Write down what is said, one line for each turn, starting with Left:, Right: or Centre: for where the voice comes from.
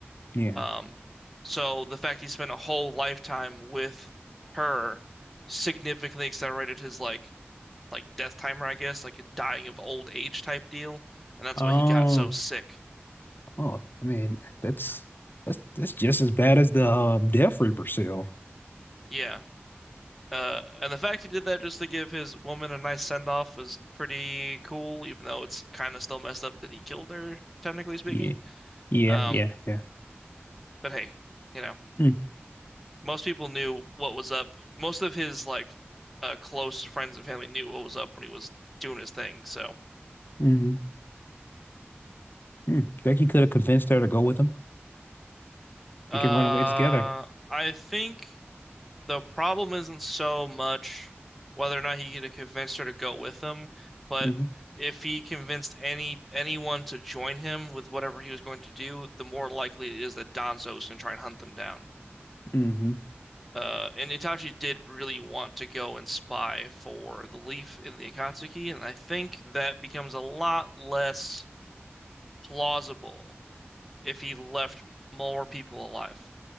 Left: Yeah.
Centre: Um, so the fact he spent a whole lifetime with her significantly accelerated his like like death timer, I guess, like a dying of old age type deal, and that's
Left: Oh,
Centre: why he got so sick.
Left: oh, I mean, that's that's that's just as bad as the uh, Death Reaper seal.
Centre: Yeah. Uh, and the fact he did that just to give his woman a nice send off was pretty cool, even though it's kind of still messed up that he killed her, technically speaking.
Left: Yeah, yeah,
Centre: Um,
Left: yeah, yeah.
Centre: but hey, you know,
Left: Mm,
Centre: most people knew what was up. Most of his like uh, close friends and family knew what was up when he was doing his thing. So,
Left: hmm Mm. Think he could have convinced her to go with him.
Centre: uh,
Left: He can run away together.
Centre: I think the problem isn't so much whether or not he could have convinced her to go with him, but
Left: hmm
Centre: if he convinced any anyone to join him with whatever he was going to do, the more likely it is that Danzo is going to try and hunt them down.
Left: hmm
Centre: Uh, and Itachi did really want to go and spy for the leaf in the Akatsuki, and I think that becomes a lot less plausible if he left more people alive.